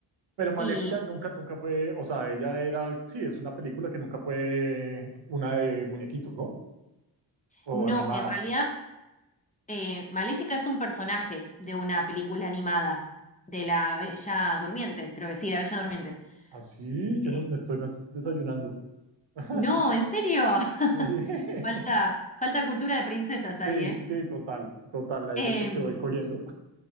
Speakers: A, on the right (about 65°); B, on the left (about 15°).
A: Pero Maléfica
B: Y
A: nunca, nunca fue, o sea, ella era, sí, es una película que nunca fue una de muñequitos, ¿no? O
B: no,
A: animada.
B: en realidad, eh, Maléfica es un personaje de una película animada, de la Bella Durmiente, creo que sí, la Bella Durmiente.
A: Así, yo
B: Eh,
A: no, me estoy des- desayunando. <laughs>
B: no, ¿en serio? <laughs>
A: Sí,
B: Falta, falta cultura de princesas ahí,
A: sí,
B: ¿eh?
A: sí, total, total, ahí
B: Eh,
A: yo creo que voy cogiendo.